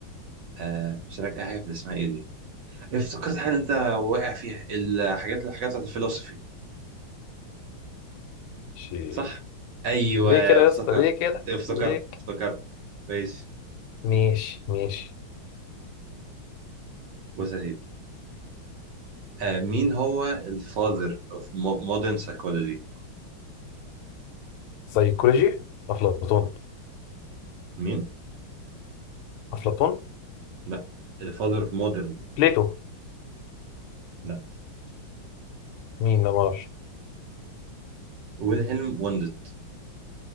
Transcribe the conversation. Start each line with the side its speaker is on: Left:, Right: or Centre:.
Right: آه مش هسألك اي حاجه في اللي اسمها ايه دي افتكرت حاجه انت واقع فيها الحاجات الحاجات بتاعت الفلسفي
Left: شي.
Right: صح ايوه
Left: ليه كده
Right: افتكرت
Left: يا اسطى ليه كده؟
Right: افتكرت
Left: ليه؟ ك-
Right: افتكرت ماشي
Left: ماشي ماشي
Right: بص يا سيدي آه مين هو الفاذر اوف مودرن سايكولوجي
Left: سيكولوجي افلاطون
Right: مين
Left: افلاطون
Right: لا الفاذر اوف مودرن
Left: بليتو
Right: لا
Left: مين ما اعرفش
Right: ويلهلم وندت